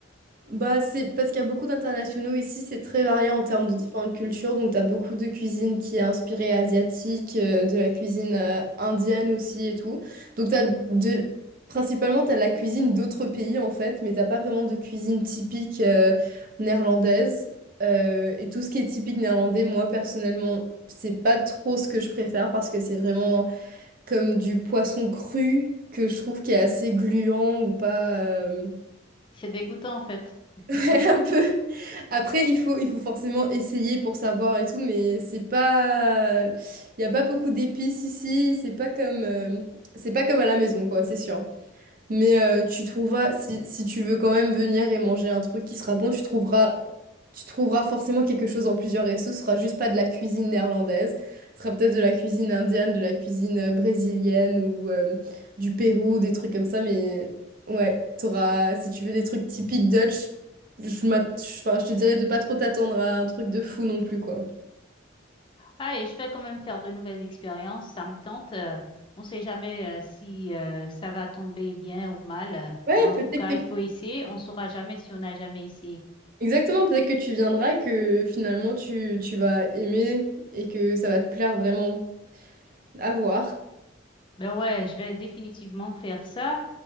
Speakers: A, on the right; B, on the left.
A: Bah, c'est parce qu'il y a beaucoup d'internationaux ici, c'est très varié en termes de différentes cultures. Donc, tu as beaucoup de cuisine qui est inspirée asiatique, euh, de la cuisine euh, indienne aussi et tout. Donc, t'as de... principalement, tu as la cuisine d'autres pays en fait, mais t'as pas vraiment de cuisine typique euh, néerlandaise. Euh, et tout ce qui est typique néerlandais, moi personnellement, c'est pas trop ce que je préfère parce que c'est vraiment comme du poisson cru que je trouve qui est assez gluant ou pas. euh, <laughs>
B: C'est dégoûtant en fait. <laughs>
A: Ouais, un peu. Après, il faut, il faut forcément essayer pour savoir et tout, mais c'est pas... Il n'y a pas beaucoup d'épices ici, c'est pas comme... euh, C'est pas comme à la maison, quoi, c'est sûr. Mais euh, tu trouveras, si, si tu veux quand même venir et manger un truc qui sera bon, tu trouveras, tu trouveras forcément quelque chose en plusieurs restos. Ce sera juste pas de la cuisine néerlandaise. Ce sera peut-être de la cuisine indienne, de la cuisine euh, brésilienne ou euh, du Pérou, des trucs comme ça. Mais ouais, t'auras, si tu veux des trucs typiques Dutch, je, m'att- je- enfin, je te dirais de pas trop t'attendre à un truc de fou non plus, quoi.
B: Allez, je vais quand même faire de nouvelles expériences. Ça me tente. euh, on ne sait jamais euh, si euh, ça va tomber bien ou mal. euh,
A: Ouais,
B: mais en
A: peut-être
B: tout cas,
A: que...
B: il faut essayer. On ne saura jamais si on n'a jamais essayé.
A: Exactement, peut-être que tu viendras et que finalement tu, tu vas aimer et que ça va te plaire vraiment. À voir.
B: Ben ouais, je vais définitivement faire ça.